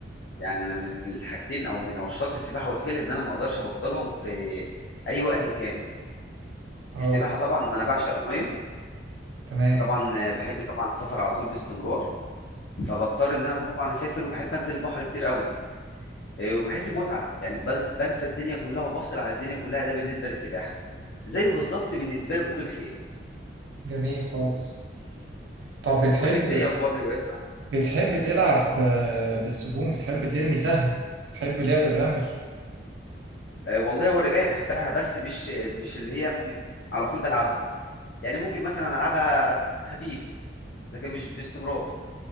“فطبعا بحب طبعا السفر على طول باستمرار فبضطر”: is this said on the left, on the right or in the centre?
Left